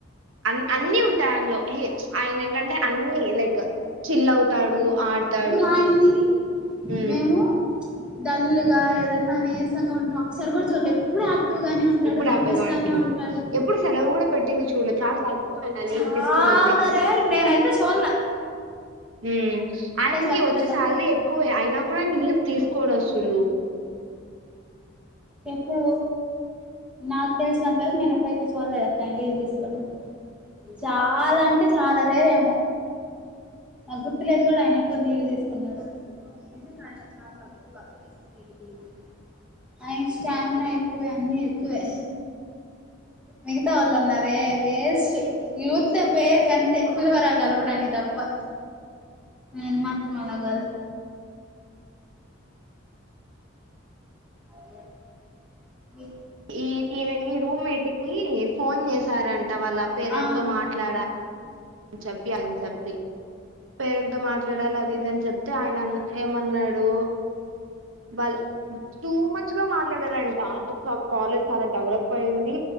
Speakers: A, on the right (about 75°); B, in the centre.
A: అన్ అన్ని ఉంటాయి ఆయనలో ఆయన ఏంటంటే అన్ని లైక్ చిల్ అవుతాడు ఆడతాడు
B: ఇప్పుడు ఆయన్ని
A: ఉమ్
B: మేము డల్లుగా ఏదన్నా నీరసం గా ఉండటం ఒకసారి కూడా చూల్లే ఎప్పుడు యాక్ ఆక్టివ్ గానే ఉంటాడు
A: ఎప్పుడు
B: నవ్విస్తానే
A: యాక్టివ్ గా
B: ఉంటాడు
A: ఎప్పుడు సెలవు కూడా పెట్టింది చూడలే చాలా తక్కువ ఆయన
B: ఛా
A: లీవ్ తీసుకునేది
B: చాలా రేర్ నేను అయితే చుల్లా
A: ఉమ్ ఆయనకి
B: వర్క్
A: వచ్చే
B: మీద
A: సాలరీ ఎక్కువే అయినా కూడా ఆ లీవ్ తీసుకోడు అసలు ఉ
B: చెప్పు నాకు తెలిసినంతవరకు నేను ఎప్పుడైతే చూడలేదు అక్క ఆయన లీవ్ తీసికోవడం చాలా అంటే చాలా రేరేమో. నాకు గుర్తు లేదు కానీ ఆయన ఎప్పుడు లీవ్ తీసుకున్నాడో. నిజం గా ఆయనా చాలా తక్కువ తీసుకునేది లీవ్లు. ఆయన స్టామినా ఎక్కువే అన్నీ ఎక్కువే. మిగతా వాళ్లు ఉన్నారే వేస్ట్ యూత్ వేర్ కంటే పులిహోరా కలపడానికి తప్పా.
A: అ
B: ఆయన మాత్రం అలా కాదు.
A: అ
B: ఏమో.
A: ఈ ఈమె నీ రూమేట్ కి ఫోన్ చేసారంట. వాళ్ళ పేరెంట్
B: ఆ
A: తో మాట్లాడ చెప్పియ్యలి అని చెప్పి. పేరెంట్ తో మాట్లాడాలి అది ఇది అని చెప్తే ఆయన అన్ ఏమన్నాడు. వాల్ మ్. టూ మచ్ గా మాట్లాడారంట కా కాలేజ్ చాలా డెవలప్ అయింది